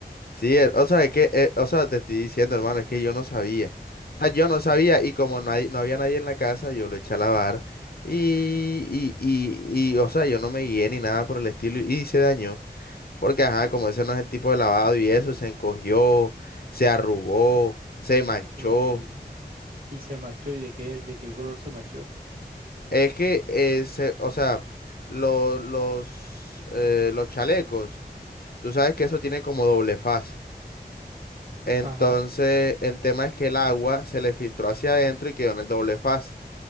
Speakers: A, on the left (about 65°); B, on the right (about 65°).
A: Sí, eh, o sea, es que, eh, o sea, te estoy diciendo, hermano, es que yo no sabía. O sea, yo no sabía y como nadie, no había nadie en la casa, yo lo eché a lavar y, y, y, y, o sea, yo no me guié ni nada por el estilo y, se dañó. Porque, ajá, como ese no es el tipo de lavado y eso, se encogió, se arrugó, se manchó.
B: Uy, y se manchó, ¿y de qué, de qué color se manchó?
A: Es que, eh, se- o sea, lo- los, eh, los chalecos, tú sabes que eso tiene como doble faz. Entonces,
B: Ajá.
A: el tema es que el agua se le filtró hacia adentro y quedó en el doble faz.